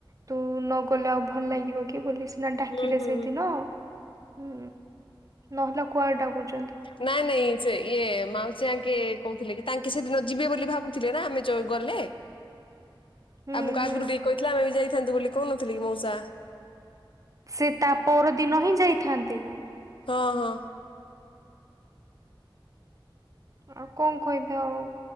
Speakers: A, on the right; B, on the left.
A: ତୁ ନ ଗଲେ ଆଉ ଭଲ ଲାଗିବ କି ବୋଲି ସେ। ଡାକିଲେ
B: ହୁଁ ହୁଁ
A: ସେଦିନ ହୁଁ ନହେଲେ କୁଆଡେ ଡାକୁଛୁ।
B: ନାଇଁ ନାଇଁ ସେ ଇଏ ମାଉସୀ ଆଙ୍କେ କହୁଥିଲେ କି ତାଙ୍କେ ସେଦିନ ଯିବେ ବୋଲି ଭାବୁଥିଲେ ନା ଆମେ ଯୋଉ ଗଲେ
A: ହୁଁ
B: ଆମକୁ ଆଗରୁ
A: ହୁଁ।
B: ଟିକେ କହିଥିଲା ଆମେ ବି ଯାଇଥାନ୍ତୁ ବୋଲି କହୁନଥିଲେ କି ମଉସା।
A: ସେ ତା ପର ଦିନ ହିଁ ଯାଇଥାନ୍ତି।
B: ହଁ ହଁ।
A: ଆଉ କଣ କହିବା ଆଉ।